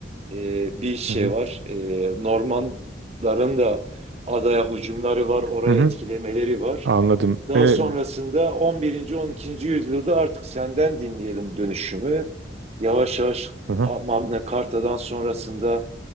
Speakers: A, on the right; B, on the right.
A: e, bir şey
B: hı hı.
A: var. E, Normanların da adaya hücumları var, oraya
B: Hı hı.
A: etkilemeleri var.
B: Anladım.
A: Daha
B: Ee,
A: sonrasında on birinci on ikinci yüzyılda artık senden dinleyelim dönüşümü. Yavaş yavaş
B: hı hı,
A: Magna Carta'dan sonrasında